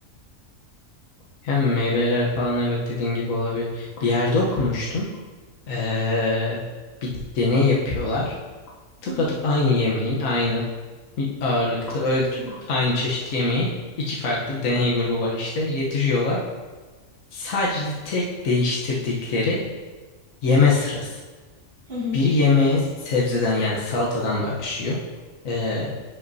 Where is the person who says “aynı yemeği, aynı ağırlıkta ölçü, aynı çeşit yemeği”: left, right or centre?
Left